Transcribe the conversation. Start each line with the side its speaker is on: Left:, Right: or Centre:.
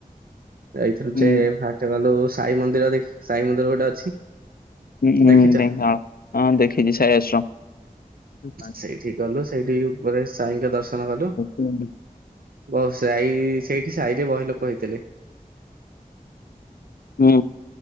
Right: ଯାଇଥିଲୁ
Left: ହୁଁ
Right: ଯେ ଫାଷ୍ଟେ ଗଲୁ ସାଇ ମନ୍ଦିର ଦେଖ ସାଇ ମନ୍ଦିର ଗୋଟେ ଅଛି।
Left: ହୁଁ
Right: ଦେଖିଛ?
Left: ହୁଁ ଢେଙ୍କାନାଳ ହଁ ଦେଖିଚି ସାଇ ଆଶ୍ରମ। ହୁଁ
Right: ସେଇଠି ଗଲୁ ସେଇଠି ଉପରେ ସାଇଙ୍କ ଦର୍ଶନ କଲୁ।
Left: ହୁଁ
Right: ବସ୍ ଯାଇକି ସେଇଠି ସାଇରେ ବହେ ଲୋକ ହେଇଥିଲେ।
Left: ହୁଁ।